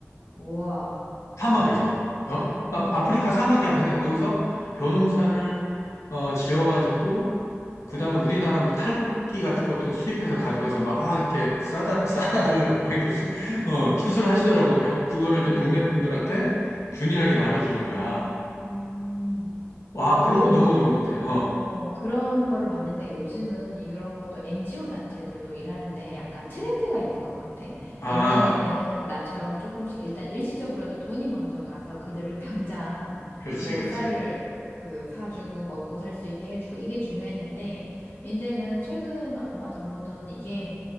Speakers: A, on the left; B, on the left.
A: 우와.
B: 사막에서. 벼-
A: 어,
B: 아, 아프리카 사막이야. 근데 거기서 벼농사를 어 지어가지고 그다음에
A: 어.
B: 우리나라 뭐 탈곡기 같은 것도 수입해서 가져가서
A: 음.
B: 막 아 이렇게 싸다 <laughs> 싸다를 막 이렇게 수,
A: 음, 음,
B: 어 추수를
A: 음,
B: 하시더라고. 그래갖고 그거를 이제
A: 음.
B: 동네 분들한테 균일하게 나눠주는 거야.
A: 음. 음.
B: 와
A: 나도
B: 그런 거 너무 좋은 것 같아. 어.
A: 어, 그런 거를 봤는데 요즘은 이런 것도 NGO 단체들도 일하는데 약간 트렌드가 있는 것 같아.
B: 아
A: 옛날에는 나처럼 조금씩 일단 일시적으로라도 돈이 먼저 가서 그들을 당장
B: 그렇지
A: 뭐
B: 그렇지.
A: 쌀을 그 사주고 먹고 살 수 있게 해주고 이게 중요했는데 이제는 최근 얼마 전부터는 이게